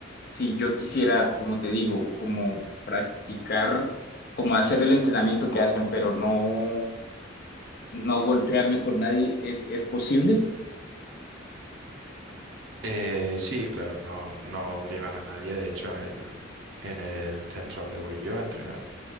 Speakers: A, on the left; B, on the right.
A: si yo quisiera, como te digo, como practicar, como hacer el entrenamiento que hacen, pero no, no golpearme con nadie, ¿es, es posible?
B: Eh, sí, claro, no, no obligan a nadie, de hecho, en el, en el centro donde voy yo a entrenar.